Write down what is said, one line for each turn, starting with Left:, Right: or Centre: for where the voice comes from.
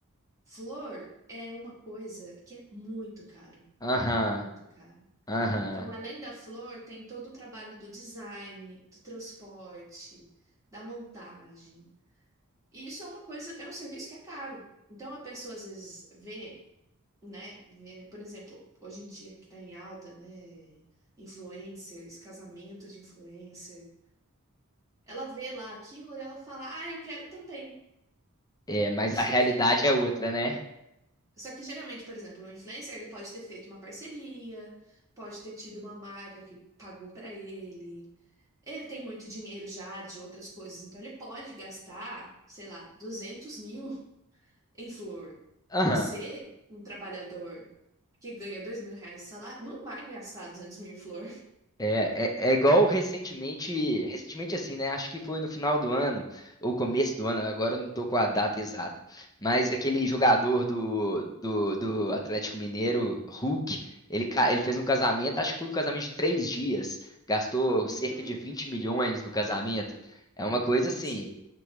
Right: Flor é uma coisa que é muito caro,
Left: Aham.
Right: muito caro.
Left: Aham.
Right: Então, além da flor, tem todo o trabalho do design, do transporte, da montagem. E isso é uma coisa, é um serviço que é caro. Então, a pessoa às vezes vê, né, vê, por exemplo, hoje em dia que está em alta, né, influencers, casamento de influencer, ela vê lá aquilo e ela fala, ah, eu quero também.
Left: É, mas
Right: Só
Left: a realidade
Right: que
Left: é outra, né?
Right: Só que geralmente, por exemplo, o influencer ele pode ter feito uma parceria, pode ter tido uma marca que pagou pra ele. Ele tem muito dinheiro já de outras coisas, então ele pode gastar, sei lá, duzentos mil <laughs> em flor.
Left: Aham.
Right: Você, um trabalhador que ganha dois mil reais de salário, não vai gastar duzentos mil em flor.
Left: É, é, é igual recentemente, recentemente assim, né? Acho que foi no final do ano, ou começo do ano, agora eu não tô com a data exata. Mas aquele jogador do, do, do Atlético Mineiro, Hulk, ele, ca- ele fez um casamento, acho que foi um casamento de três dias, gastou
Right: Uhum,
Left: cerca de 20 milhões no casamento. É uma coisa assim.
Right: sim.